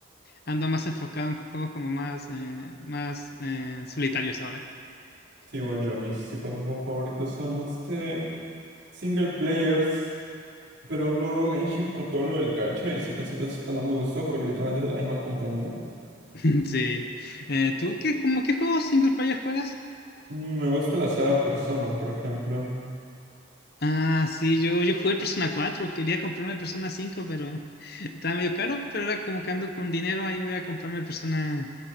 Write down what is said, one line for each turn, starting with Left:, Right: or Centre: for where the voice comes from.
Left: Ando más enfocado en juegos como más, eh, más eh, solitarios ahora.
Right: Sí, igual yo, mis tipos de juegos favoritos son este. Single players, pero no Genshin por todo lo del gacha y ZZZ no me gustó porque literalmente es de la misma compañía.
Left: <laughs> Sí. Eh, ¿tú qué, como qué juegos single player juegas?
Right: Mm, Me gusta la saga Persona, por ejemplo.
Left: Ah, sí, yo, yo jugué el Persona 4, quería comprarme el Persona 5, pero <laughs> estaba medio caro, pero ahora como que ando con dinero, ahí voy a comprarme el Persona,